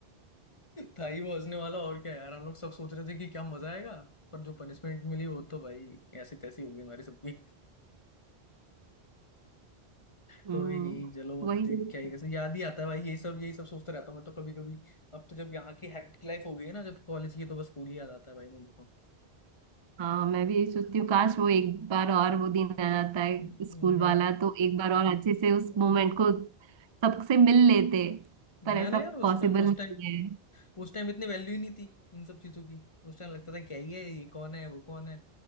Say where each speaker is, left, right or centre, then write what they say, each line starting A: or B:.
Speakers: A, on the left (about 30°); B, on the right (about 45°).
A: था ही वो हंसने वाला और क्या यार हम लोग सब सोच रहे थे कि क्या मजा आएगा पर जो पनिशमेंट मिली वो तो भाई ऐसी तैसी हो गई हमारी सबकी
B: हम्म
A: कोई नहीं चलो अब
B: वही
A: देख
B: सब।
A: क्या ही कैसे याद ही आता है भाई यही सब यही सब सोचते रहता हूँ मैं तो कभी कभी अब तो जब यहाँ की हेक्टिक लाइफ हो गई है ना जब कॉलेज की तो बस स्कूल ही याद आता है भाई मुझे तो
B: हाँ मैं भी यही सोचती हूँ काश वो एक बार और वो दिन आ जाता है
A: हम्म,
B: स्कूल
A: है
B: वाला तो एक बार और अच्छे से उस
A: हम्म,
B: मोमेंट को सबसे मिल लेते पर
A: है
B: ऐसा
A: ना यार उस
B: पॉसिबल
A: टाइम उस
B: नहीं
A: टाइम
B: है
A: उस टाइम इतनी वैल्यू ही नहीं थी इन सब चीजों की उस टाइम लगता था क्या ही है ये कौन है वो कौन है